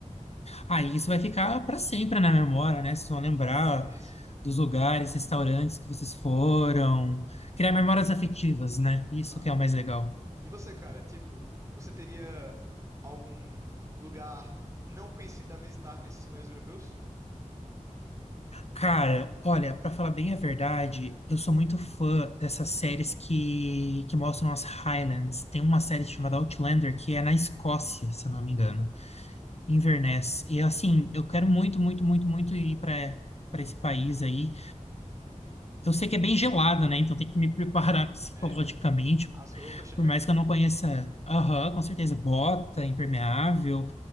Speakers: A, on the left; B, on the right.
A: Ah, e isso vai ficar para sempre na memória, né? Vocês vão lembrar
B: Isso.
A: dos lugares, restaurantes que vocês foram, criar memórias afetivas, né? Isso
B: Uhum.
A: que é o mais legal.
B: E você, cara, tipo, você teria algum lugar não conhecido a visitar nesses países europeus?
A: Cara, olha, pra falar bem a verdade, eu sou muito fã dessas séries que, que mostram as Highlands. Tem uma série
B: Sim,
A: chamada Outlander que é na Escócia, se eu não me engano, Inverness. E assim, eu quero muito, muito, muito, muito ir pra para esse país aí. Eu sei que é bem gelado, né? Então tem que me preparar <laughs> psicologicamente
B: é. As roupas também,
A: por mais
B: né?
A: que eu não conheça, aham, com certeza, bota impermeável.